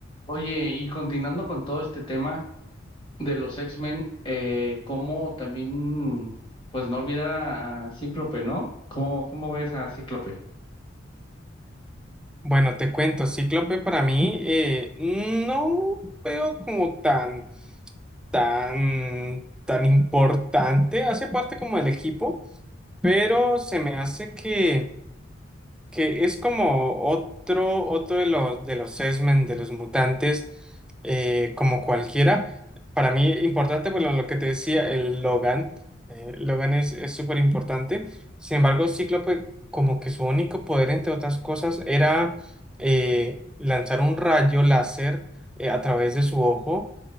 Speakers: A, on the left (about 25°); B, in the centre.
A: Oye, y continuando con todo este tema de los X-Men, eh, cómo también, pues no olvidar a, a Cíclope, ¿no? ¿Cómo, cómo ves a Cíclope?
B: Bueno, te cuento, Cíclope para mí eh, no veo como tan, tan, tan importante, hace parte como del equipo, pero se me hace que que es como otro, otro de los, de los X-Men, de los mutantes, eh, como cualquiera. Para mí, importante, bueno, lo que te decía, el Logan. eh, Logan es, es súper importante. Sin embargo, Cíclope, como que su único poder, entre otras cosas, era eh, lanzar un rayo láser eh, a través de su ojo.